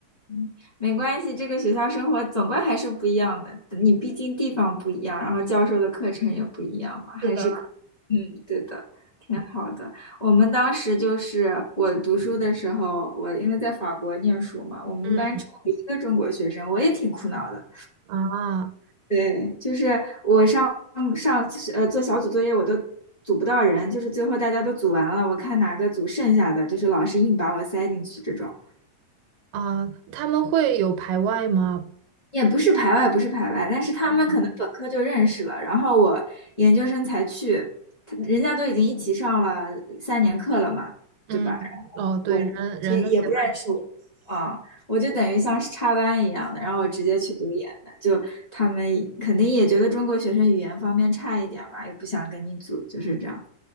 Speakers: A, on the left; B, on the right.
A: 嗯没关系，这个学校生活总归还是不一样的，你毕竟地方不一样，然后教授的课程也不一样嘛。
B: 是的，
A: 嗯，对的，挺好的。我们当时就是我读书的时候，我因为在法国念书嘛，我们班只有一个中国学生，
B: 嗯
A: 我也挺苦恼的。
B: 啊。
A: 对，就是我上上呃做小组作业，我都组不到人，就是最后大家都组完了，我看哪个组剩下的，就是老师硬把我塞进去这种。
B: 啊，他们会有排外吗？
A: 也不是排外，不是排外，但是他们可能本科就认识了，
B: 嗯，
A: 然后我研究生才去，他人家都已经一起上了三年课了嘛，
B: 嗯，
A: 对吧？然后我其实也不认识我啊，
B: 哦，对，人人都喜欢
A: 我就等于像是插班一样的，然后我直接去读研的，就他们肯定也觉得中国学生语言方面差一点嘛，也不想跟你组，就是这样，